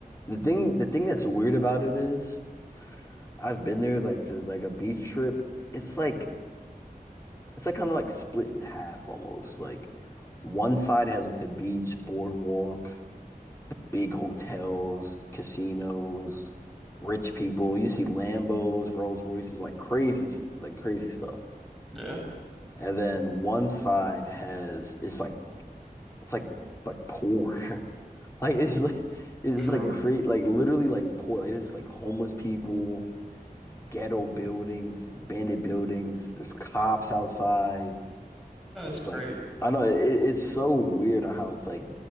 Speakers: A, on the left; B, in the centre.
A: The thing the thing that's weird about it is I've been there like to like a beach trip. It's like it's like kind of like split in half almost. Like one side has like the beach, boardwalk, big hotels, casinos, rich people. You see Lambos, Rolls Royces, like crazy shit, like crazy stuff.
B: Yeah,
A: And then one side has it's like it's like like poor. <laughs> Like it's like it's
B: true.
A: like create like literally like poor. Like it's like homeless people. ghetto buildings, bandit buildings. There's cops outside.
B: That's
A: Just
B: crazy.
A: like I know it, it's so weird on how it's like,